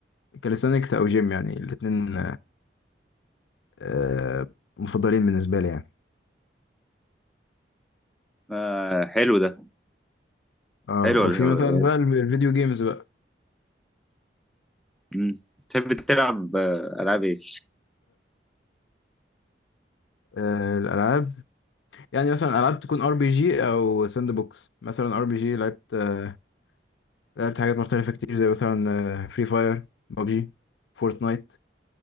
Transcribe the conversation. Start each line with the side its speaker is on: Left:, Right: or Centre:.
Left: كاليستانكس او جيم يعني الاتنين آه مفضلين بالنسبة لي يعني
Centre: آه حلو ده
Left: اه
Centre: حلو
Left: وفي
Centre: اللي هو
Left: مثلا بقى ال- الفيديو جيمز بقى
Centre: مم. بتحب تلعب آه، العاب ايه
Left: آه الالعاب يعني مثلا العاب تكون ار بي جي او ساند بوكس مثلا ار بي جي لعبت آه لعبت حاجات مختلفة كتير زي مثلا فري فاير بابجي فورتنايت